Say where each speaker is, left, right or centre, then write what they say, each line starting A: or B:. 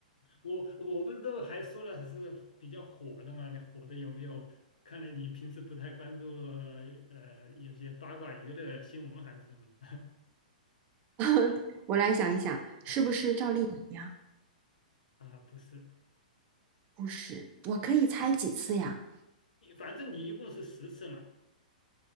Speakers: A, on the left; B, on the right.
A: 我我不知道还说了是比较火的嘛，那火的有没有？看来你平时不太关注呃有些八卦娱乐新闻还是什么的。
B: <laughs> 我来想一想，是不是赵丽颖呀？
A: <laughs> 啊，不是，
B: 不是，我可以猜几次呀？
A: 你反正你一共是十次嘛，